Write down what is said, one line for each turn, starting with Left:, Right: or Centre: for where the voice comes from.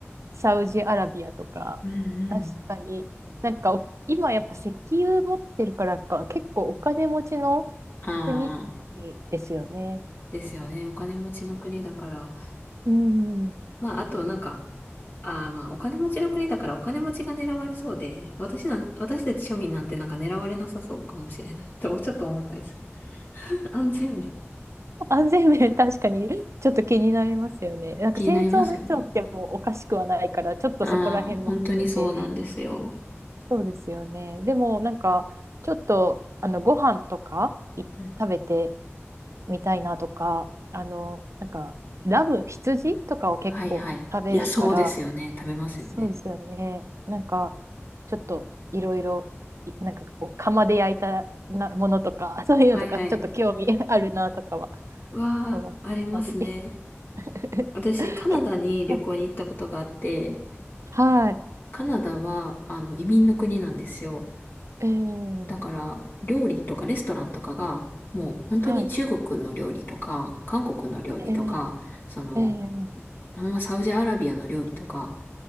Right: サウジアラビアとか、
Left: うんうん。
Right: 確かに、なんかお今やっぱ石油持ってるからか、結構お金持ちの
Left: ああ、
Right: 国ですよね。
Left: ですよね。お金持ちの国だから。
Right: うん。
Left: まあ、あとなんか、ああ、まあ、お金持ちの国だからお金持ちが狙われそうで、私なん、私たち庶民なんてなんか狙われなさそうかもしれない <laughs> と、ちょっと思ったりする。<laughs> 安全面。
Right: 安全面確かにちょっと気になりますよね。なんか戦争がいつ起きてもおかしくはないから、
Left: 気になりますよね。
Right: ちょっとそこら辺も含めて。
Left: ああ、本当にそうなんですよ。
Right: そうですよね。でもなんかちょっとあのご飯とかい食べて
Left: うんうん。
Right: みたいなとか、あのなんかラム、羊とかを結構食べるから、
Left: はいはい。いや、そうですよね。食べますよね。
Right: そうですよね。なんか、ちょっといろいろ、いなんかこう、釜で焼いたなものとか、<laughs> そういうのとか、
Left: はいはい。
Right: ちょっと興味 <laughs> あるなとかは
Left: わあ、
Right: 思ったり。
Left: ありますね。
Right: <laughs>
Left: 私、カナダに旅行に行ったことがあって、
Right: けはい。はい。
Left: カナダは、あの、移民の国なんですよ。
Right: えー、
Left: だから、料理とかレストランとかが、もう本当に中国の料理とか、
Right: はい。
Left: 韓国の料理とか、
Right: えー、
Left: その、
Right: えー、
Left: ほんまサウジアラビアの料理とか、